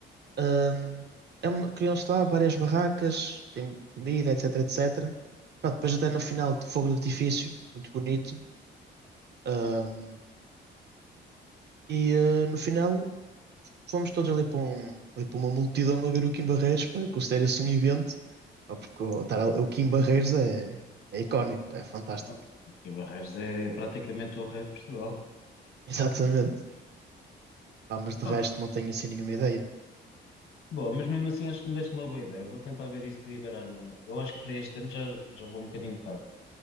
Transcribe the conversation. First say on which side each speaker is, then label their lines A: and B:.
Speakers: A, on the right; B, on the left.
A: Ahm, é uma- criam-se lá várias barracas, tem comida, etc, etc. Pá, depois até no final, de fogo de artifício, muito bonito. Ahm, e ah, no final. Fomos todos ali para, um, ali para uma multidão a ver o Kim Barreiros, pá, eu considero-se um evento, pá, porque o, estar, ali- o Kim Barreiros é, é icónico, pá, é fantástico.
B: Oh, que Barreiros é é praticamente o rei de Portugal.
A: <laughs> Exatamente. Pá, mas de
B: Pá,
A: resto não tenho assim nenhuma ideia.
B: Boa, mas mesmo assim acho que me deste uma boa ideia. Vou tentar ver isso do Iberanime. Eu acho que para este ano já, já vou um bocadinho tarde.